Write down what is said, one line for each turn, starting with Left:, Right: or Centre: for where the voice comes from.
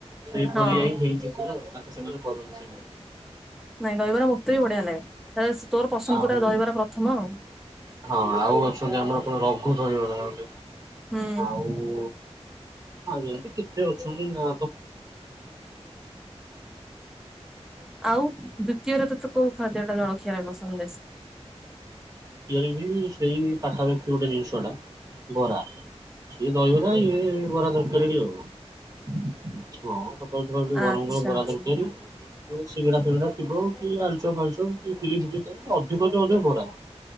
Right: ସେ ଭଳିଆ
Centre: ହଁ
Right: ହିଁ ହେଇଚି ପୁରା। ସେମାନେ କରନଛି।
Centre: ନାଇଁ ଦହିବରା ମୋତେ ବି ବଢ଼ିଆ ଲାଗେ। ବାସ ତୋର ପସନ୍ଦ
Right: ଆଉ
Centre: ପୁରା ଦହିବରା ପ୍ରଥମ ଆଉ।
Right: ହଁ ଆଉ ଅଛନ୍ତି ଆମର କଣ ରଘୁ ଦହିବରା ଗୋଟେ।
Centre: ହୁଁ
Right: ଆଉ ଆଉ ଯେମତି କେତେ ଅଛନ୍ତି ନା। <unintelligible>
Centre: ଆଉ ଦୁତୀୟରେ ତ ତୁ କୋଉ ଖାଦ୍ୟଟା ଜଳଖିଆରେ ପସନ୍ଦ ବେଶୀ?
Right: ଇଆଡେ ବି ସେଇ ପାଖାପାଖି ଗୋଟେ ଜିନିଷଟା ବରା। ସିଏ ଦହିବରା ଇଏ ବରା ତରକାରୀ ଟି ଆଉ ଙଅ ସ ସମସ୍ତେ କଣ ଟିକେ ଗରମ
Centre: ଆଚ୍ଛା
Right: ଗରମ ବରା
Centre: ଆଚ୍ଛା
Right: ତରକାରୀ ଏ ସିଙ୍ଗଡା ଫିଙ୍ଗଡା ଥିବ କି ଆ ଆଳୁଚପ୍ ଫାଳୁଚପ୍ <unintelligible> ଅଧିକତ ମତେ ବରା।